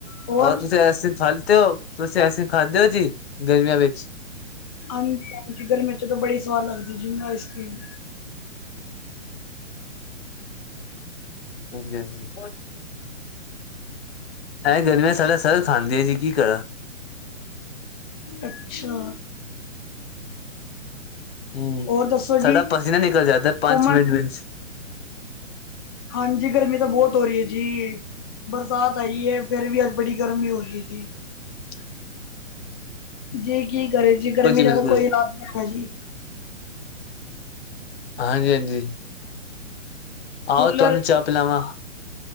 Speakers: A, on the left; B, on the left.
A: ਹੋਰ
B: ਹਾਂ ਤੁਸੀ ਐਸ ਫਲ ਤੇ ਹੋ। ਤੁਸੀਂ ਆਈਸਕ੍ਰੀਮ ਖਾਦੇ ਹੋ ਜੀ ਗਰਮੀਆਂ ਵਿੱਚ।
A: ਹਾਂਜੀ-ਹਾਂਜੀ ਗਰਮੀ ਚ ਤਾਂ ਬੜੀ ਸਵਾਦ ਲੱਗਦੀ ਜੀ ਆਈਸਕ੍ਰੀਮ।
B: ਹਾਂਜੀ-ਹਾਂਜੀ। ਹੈਂ ਗਰਮੀਆਂ ਸਾਡਾ ਸਰ ਖਾਂਦੀ ਆ ਜੀ ਕੀ ਕਰਾ।
A: ਅੱਛਾ।
B: ਹਮ
A: ਹੋਰ ਦੱਸੋ
B: ਸਾਡਾ
A: ਜੀ
B: ਪਸੀਨਾ ਨਿਕਲ ਜਾਦਾ ਪੰਚ
A: ਘੁੰਮਣ
B: ਮਿੰਟ ਵਿੱਚ।
A: ਹਾਂਜੀ ਗਰਮੀ ਤਾਂ ਬਹੁਤ ਹੋ ਰਹੀ ਹੈ ਜੀ ਬਰਸਾਤ ਆਈ ਹੈ। ਫੇਰ ਵੀ ਅੱਜ ਬੜੀ ਗਰਮੀ ਹੋ ਰਹੀ ਜੀ।
B: ਛੱ
A: ਜੀ ਕੀ ਕਰੇ ਜੀ ਗਰਮੀ ਦਾ
B: ਬਿਲਕੁਲ,
A: ਤੇ ਕੋਈ ਇਲਾਜ ਨੀ ਹੈਗਾ ਜੀ।
B: ਹਾਂਜੀ-ਹਾਂਜੀ। ਆਹੋ
A: ਕੂਲਰ
B: ਤੁਹਾਨੂੰ ਚਾ ਪਿਲਾਵਾ।